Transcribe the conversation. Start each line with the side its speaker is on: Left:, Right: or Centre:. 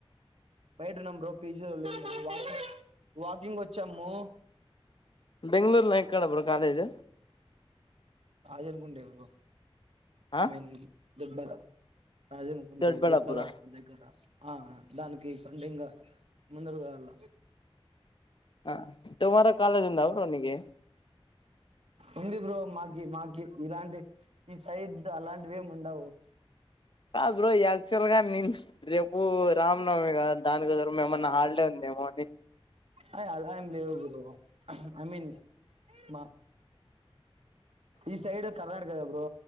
Right: బయటున్నాం బ్రో పీజీలో లేము <inaudible> వాకింగ్ వచ్చాము
Left: బెంగ్ళూర్ లో ఎక్కడ బ్రో కాలేజ్
Right: రాజన్గుండె బ్రో
Left: ఆ
Right: అమెన్ని దొబ్డ రాజమకుంటే
Left: దొడ్బళ్ళాపుర
Right: దుడ్బల్లాపూర్ దగ్గర ఆ ఆ దానికి సండేంగ ముందరగా లా
Left: ఆ టుమారో కాలేజ్ ఉందా బ్రో నీకి
Right: ఉంది బ్రో మా మాకి ఇలాంటి ఈ సైడ్ అలాంటివి ఏమి ఉండవు
Left: కా బ్రోజ యాక్చువల్ గా నేను రేపు రామ్నవమి కాద దానికోసర మేమన్నా హాడలే ఉందేమో అని
Right: అ అలాం ఎం లేవు బ్రో ఐ మీన్ మా ఈ సైడ్ కర్ణాటకద ఇప్పుడు